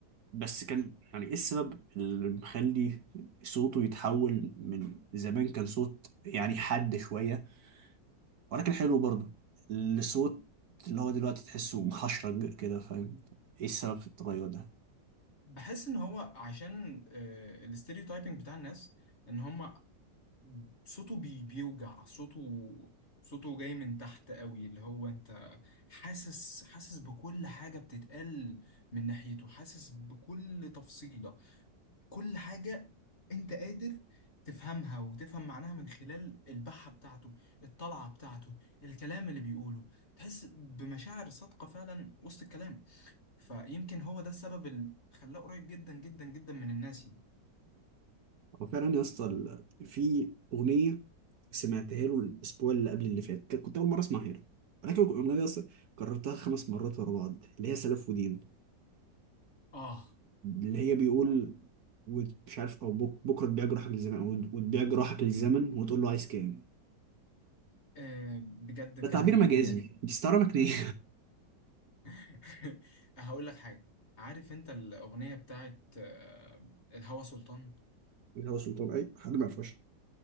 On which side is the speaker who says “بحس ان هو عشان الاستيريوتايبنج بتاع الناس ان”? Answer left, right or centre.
Left